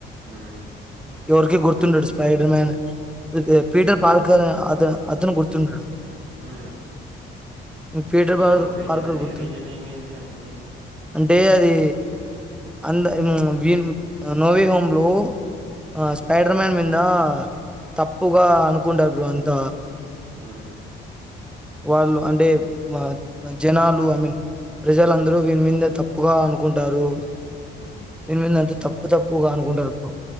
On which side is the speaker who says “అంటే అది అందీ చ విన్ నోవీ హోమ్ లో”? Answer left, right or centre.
Centre